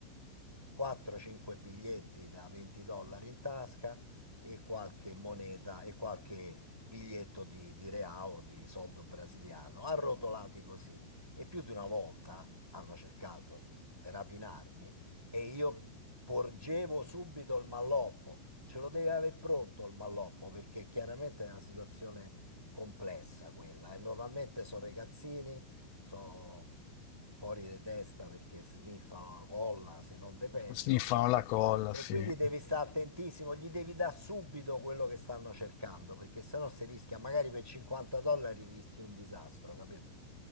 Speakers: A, in the centre; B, on the left.
A: 4-5 biglietti da 20 dollari in tasca e qualche moneta e qualche biglietto di, di real, di soldo brasiliano, arrotolati così. E più di una volta hanno cercato di rapinarmi e io porgevo subito il malloppo. Ce lo devi avere pronto il malloppo perché chiaramente è una situazione complessa quella e normalmente sono ragazzini, sono fuori di testa perché sniffano la colla, se non de peggio.
B: Sniffano la colla,
A: E
B: sì.
A: quindi devi stare attentissimo, gli devi dare subito quello che stanno cercando, perché sennò si rischia, magari per 50 dollari rischi un disastro, capito?